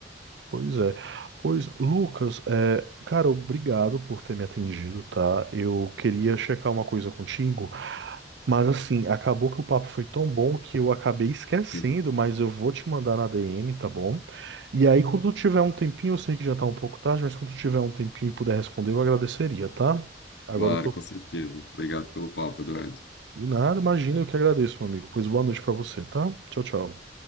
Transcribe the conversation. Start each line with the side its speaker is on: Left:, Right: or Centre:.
Right: Pois é. Pois, Lucas, é, cara, obrigado por ter me atendido, tá? Eu queria checar uma coisa contigo, mas assim, acabou que o papo foi tão bom que eu acabei esquecendo,
Left: <laughs>
Right: mas eu vou te mandar na DM, tá bom? E aí, quando tu tiver um tempinho, eu sei que já tá um pouco tarde, mas quando tu tiver um tempinho e puder responder, eu agradeceria, tá? Agora
Left: Claro,
Right: eu tô.
Left: com certeza. Obrigado pelo papo, Eduardo.
Right: De nada, imagina, eu que agradeço, meu amigo. Pois boa noite pra você, tá? Tchau, tchau.